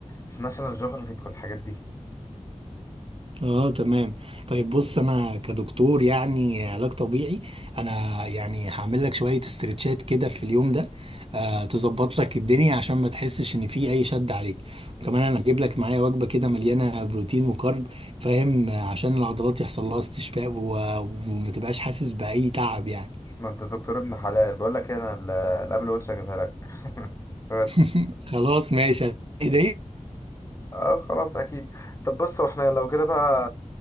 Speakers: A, on the left; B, on the right.
A: في ناشونال جيوغرافيك والحاجات دي
B: اه تمام طيب بص انا كدكتور يعني علاج طبيعي انا يعني هعمل لك شويه استرتشات كده في اليوم ده آه تظبط لك الدنيا عشان ما تحسش ان في اي شد عليك وكمان انا هجيب لك معايا وجبه كده مليانه بروتين وكارب فاهم آه، عشان العضلات يحصل لها استشفاء و... وما تبقاش حاسس باي تعب يعني
A: ما انت دكتور ابن حلال بقول لك ايه، انا ال- الابل واتش هجيبها لك <laughs> بس
B: <laughs> خلاص ماشي دي
A: اه خلاص اكيد طب بص واحنا لو كده بقى